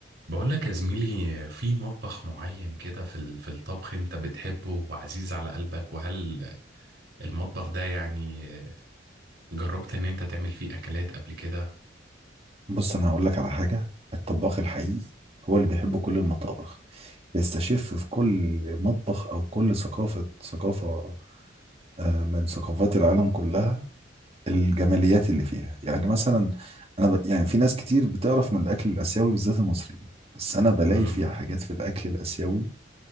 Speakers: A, on the right; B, on the right.
A: بقول لك يا زميلي في مطبخ معين كده في ال- في الطبخ انت بتحبه وعزيز على قلبك وهل المطبخ ده يعني جربت ان انت تعمل فيه اكلات قبل كده
B: بص انا هقول لك على حاجه الطباخ الحقيقي هو اللي بيحب كل المطابخ بيستشف في كل مطبخ او كل ثقافه ثقافه آه، من ثقافات العالم كلها الجماليات اللي فيها يعني مثلا انا ب... يعني في ناس كتير بتعرف من الاكل الاسيوي بالذات المصريين بس انا بلاقي
A: مم.
B: فيها حاجات في الاكل الاسيوي